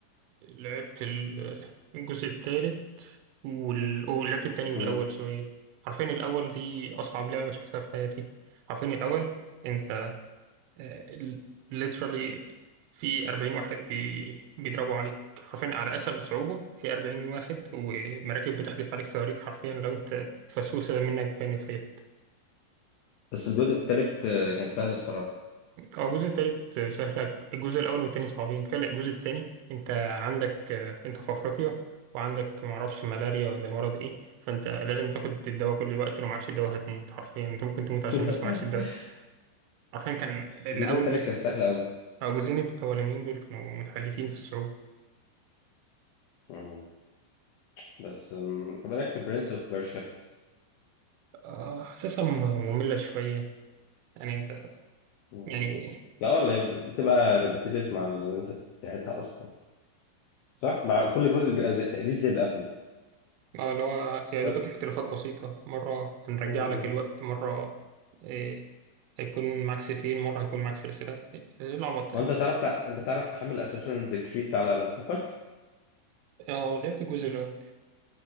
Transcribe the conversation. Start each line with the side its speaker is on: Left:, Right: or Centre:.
Right: لعبت ال- الجزء التالت وال... ولعبت التاني والأول
Left: امم
Right: شوية عارفين الأول دي أصعب لعبة شفتها في حياتي عارفين الأول أنت آه، literally في 40 واحد بي... بيضربوا عليك حرفيا على أسهل صعوبة في 40 واحد ومراكب بتحدف عليك صواريخ حرفيا لو أنت فسوسة منك بانت في أي حتة
Left: بس الجزء التالت آه، كان سهل الصراحه
Right: أو الجزء التالت سهل الجزء الأول والتاني صعبين تخيل الجزء التاني أنت عندك آه، أنت في أفريقيا وعندك معرفش ملاريا ولا مرض إيه فأنت لازم تاخد الدواء كل الوقت لو معكش الدواء هتموت حرفيا أنت ممكن تموت
Left: <laughs>
Right: عشان بس معكش الدواء حرفيا كان الأول
Left: الجزء التالت
Right: جزء
Left: كان سهل أوي
Right: أو الجزئين الأولانيين دول كانوا متحلفين في الصعوبة
Left: مم. بس مم، طب إيه رأيك في برنس أوف بيرشا؟
Right: آه، حاسسها م- مملة شوية يعني انت
Left: مم.
Right: يعني
Left: لا والله بتبقى ريبيتيتيف مع اللي أنت بتاعتها أصلا صح؟ مع كل جزء بيبقى زي تقليد للي قبله
Right: اه اللي هو يا
Left: صح؟
Right: دوبك اختلافات بسيطة مرة هنرجع
Left: مم. مم.
Right: لك الوقت مرة إيه هيكون معاك سيفين مرة هيكون معاك سلسلة إيه العبط
Left: وأنت
Right: ده
Left: تعرف تع... أنت تعرف تحمل أساسا كريد على لابتوبك؟
Right: اه لعبت الجزء الأول